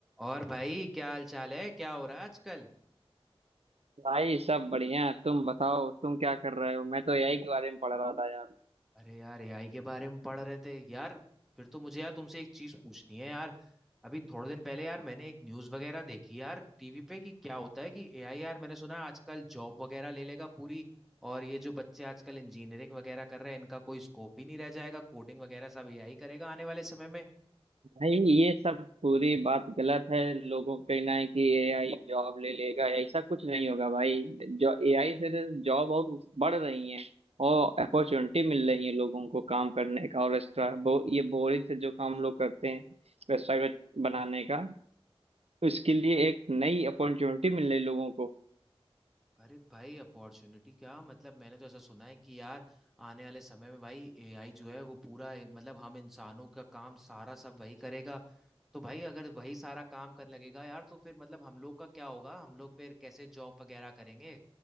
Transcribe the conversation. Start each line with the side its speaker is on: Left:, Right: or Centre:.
Centre: और भाई क्या हाल चाल है क्या हो रहा है आजकल
Right: भाई सब बढ़िया है। तुम बताओ तुम क्या कर रहे हो मैं तो एआई के बारे में पढ़ रहा था यार
Centre: अरे यार एआई के बारे में पढ़ रहे थे यार फिर तो मुझे यार तुमसे एक चीज पूछनी है यार अभी थोड़े दिन पहले यार मैंने एक न्यूज वगैरह देखी यार टीवी पे कि क्या होता है कि एआई यार मैंने सुना आजकल जॉब वगैरह ले लेगा पूरी और ये जो बच्चे आजकल इंजीनियरिंग वगैरह कर रहे हैं इनका कोई स्कोप ही नहीं रह जाएगा कोडिंग वगैरह सब एआई करेगा आने वाले समय में
Right: भाई ये सब पूरी बात गलत है लोगों का कहना है कि एआई जॉब ले लेगा ऐसा कुछ नहीं होगा भाई जो एआई से तो जॉब और बढ़ रही है और अपॉर्चुनिटी मिल रही है लोगों को काम करने का और एक्स्ट्रा बो, ये बोरिंग से जो काम लोग करते हैं वेबसाइट बनाने का उसके लिए एक नई अपॉर्चुनिटी मिल रही है लोगों को
Centre: अरे भाई अपॉर्चुनिटी क्या मतलब मैंने तो ऐसा सुना है कि यार आने वाले समय में भाई एआई जो है वो पूरा ए- मतलब हम इंसानों का काम सारा सब वही करेगा तो भाई अगर वही सारा काम करने लगेगा यार तो फिर मतलब हम लोग का क्या होगा हम लोग फिर कैसे जॉब वगैरह करेंगे